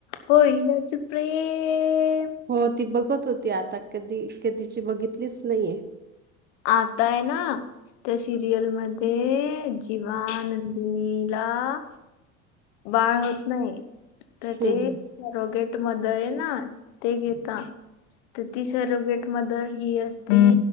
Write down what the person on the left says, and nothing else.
होईलच प्रेम.
आता यना- त्या सिरियलमध्ये जीवा नंदिनीला- बाळ होत नाही तर
ते- सरोगेट मदरयेनां ते घेता- तर ती सरोगेट मदर ही असती